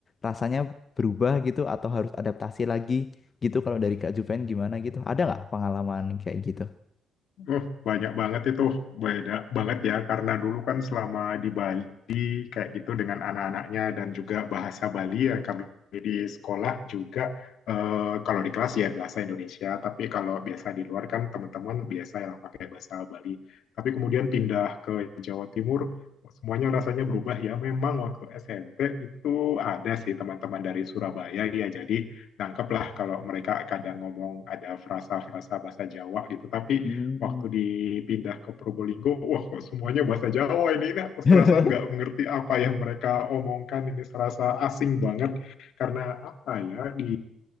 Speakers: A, on the left; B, on the left.
A: rasanya berubah gitu atau harus adaptasi lagi gitu kalau dari Kak Juven gimana gitu? Ada nggak pengalaman kayak gitu?
B: uh, banyak banget itu beda banget ya karena dulu kan selama di Bali Bali kayak gitu dengan anak-anaknya dan juga bahasa Bali ya kami di sekolah juga eh, kalau di kelas ya bahasa Indonesia tapi kalau biasa di luar kan teman-teman biasa yang pakai bahasa Bali tapi kemudian pindah ke Jawa Timur semuanya rasanya berubah ya. Memang waktu SMP itu ada sih teman-teman dari Surabaya ya. Jadi nangkep lah kalau mereka kadang ngomong ada frasa-frasa bahasa Jawa gitu. Tapi
A: Hmm.
B: waktu dipindah ke Probolinggo, wah kok semuanya bahasa Jawa ini, ini aku serasa
A: <laughs>
B: nggak mengerti apa yang mereka omongkan, ini serasa asing banget, karena apa ya, di